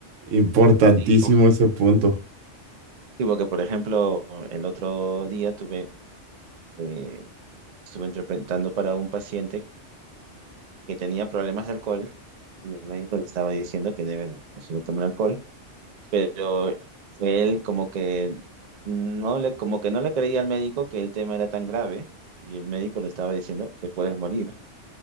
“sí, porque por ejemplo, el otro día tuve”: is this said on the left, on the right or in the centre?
Right